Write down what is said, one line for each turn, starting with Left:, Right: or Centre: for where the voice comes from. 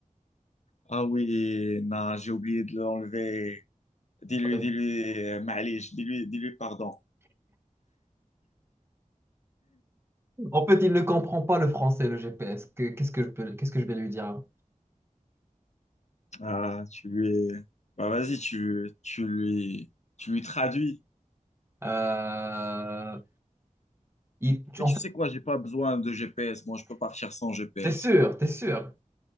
Left: Ah oui, non, j'ai oublié de l'enlever. Dis-lui,
Right: Euh,
Left: dis-lui, euh, Maalish, dis-lui, dis-lui pardon.
Right: En fait, il ne comprend pas le français, le GPS. Que- Qu'est-ce que je peux, qu'est-ce que je vais lui dire?
Left: Ah, tu lui, bah vas-y, tu, tu lui, tu lui traduis.
Right: Euh, il- tu-
Left: Mais
Right: en
Left: tu
Right: fait,
Left: sais quoi, j'ai pas besoin de GPS. Moi, je peux partir sans GPS.
Right: t'es sûr, t'es sûr.